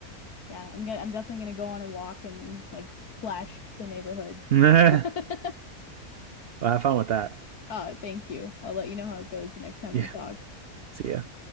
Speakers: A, on the left; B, on the right.
A: Yeah, I'm gonna I'm definitely gonna go on a walk and like flash the neighborhood.
B: <laughs>
A: <laughs>
B: Well, have fun with that.
A: Oh, thank you. I'll let you know how it goes the next time
B: Yeah,
A: we talk.
B: see ya.